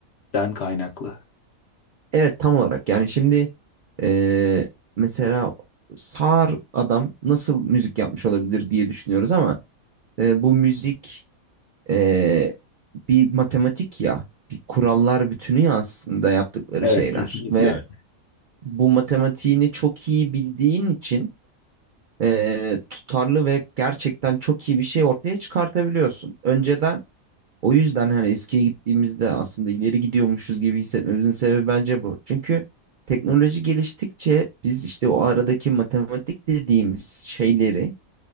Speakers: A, on the left; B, on the right.
A: kaynaklı.
B: Evet tam olarak yani şimdi e, mesela sağır adam nasıl müzik yapmış olabilir diye düşünüyoruz ama e, bu müzik e, bir matematik ya. Bir kurallar bütünü ya aslında yaptıkları
A: Evet,
B: şeyler.
A: kesinlikle
B: Ve
A: öyle.
B: bu matematiğini çok iyi bildiğin için e, tutarlı ve gerçekten çok iyi bir şey ortaya çıkartabiliyorsun. Önceden o yüzden hani eskiye gittiğimizde aslında ileri gidiyormuşuz gibi hissetmemizin sebebi bence bu. Çünkü teknoloji geliştikçe biz işte o aradaki matematik dediğimiz şeyleri